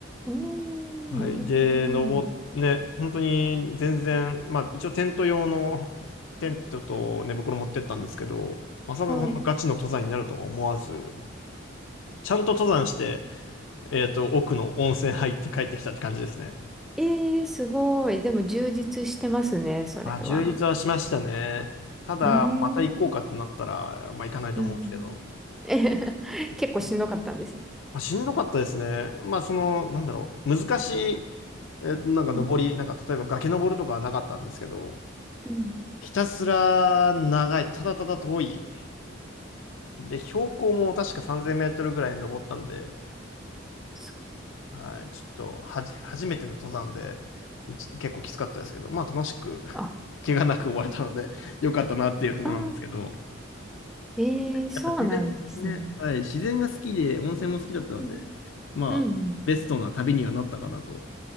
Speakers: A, in the centre; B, on the left (about 75°).
A: おー、
B: はい。
A: なるほど。
B: で、登っ、ね、本当に全然、まあ一応テント用の <laughs> テントと寝袋持ってったんですけど、まさかこんなガチの登山になるとは思わず、
A: はい。
B: ちゃんと登山して、えっと、奥の温泉入って帰ってきたって感じですね。
A: えー、すごい。でも充実してますね、それは。
B: あ、充実はしましたね。ただ、
A: うーん。
B: また行こうかってなったら、まあ行かないと思うんですけど。
A: うん。<laughs> えへへ結構しんどかったんですね。
B: 結構あ、しんどかったですね。まあその、なんだろう、難しい、えーなんか登り、
A: うん。
B: なんか例えば崖登るとかはなかったんですけど、
A: うん。
B: ひたすら長い、ただただ遠い。で、標高も確か3000メートルぐらい登ったんで、
A: すごい。
B: はい、ちょっとはじ、初めての登山で、いち結構きつかったですけど、まあ楽しく
A: あ、
B: 怪我なく終われたので、<laughs> よかったなっていうところなんですけど、
A: ああえー、そうなんですね。
B: やっぱ自然ね、はい、自然が好きで、温泉も好きだったので、
A: うん。
B: まあ、
A: うんうん。
B: ベストな旅にはなったかなと。